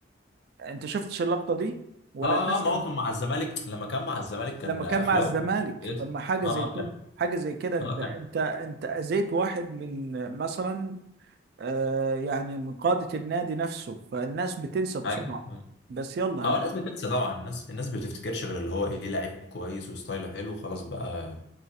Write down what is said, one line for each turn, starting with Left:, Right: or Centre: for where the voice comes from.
Right: انت شفتش اللقطه دي ولا
Left: اه
Right: الناس
Left: آه، ما هو كان مع الزمالك لما كان مع الزمالك كان
Right: لما
Left: اخلاقه
Right: كان مع الزمالك
Left: كويسه
Right: طب ما حاجه
Left: اه
Right: زي كده
Left: اه كان
Right: حاجه زي كده انت
Left: اه
Right: انت
Left: كان
Right: انت اذيت واحد من مثلا آه يعني من قاده النادي نفسه فالناس بتنسى بسرعه
Left: أيوة.
Right: بس يلا
Left: اه
Right: هن...
Left: الناس بتنسى طبعا الناس الناس بتفتكرش غير اللي هو ايه لعيب كويس وستايله حلو خلاص بقى